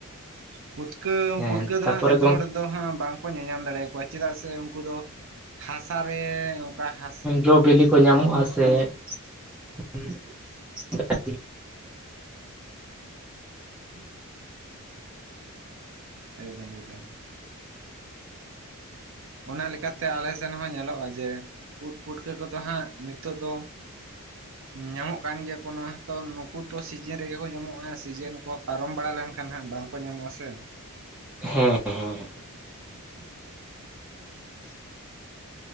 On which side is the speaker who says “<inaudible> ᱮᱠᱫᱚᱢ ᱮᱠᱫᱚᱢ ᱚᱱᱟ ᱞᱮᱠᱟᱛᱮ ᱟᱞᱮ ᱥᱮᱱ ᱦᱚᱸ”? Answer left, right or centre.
Right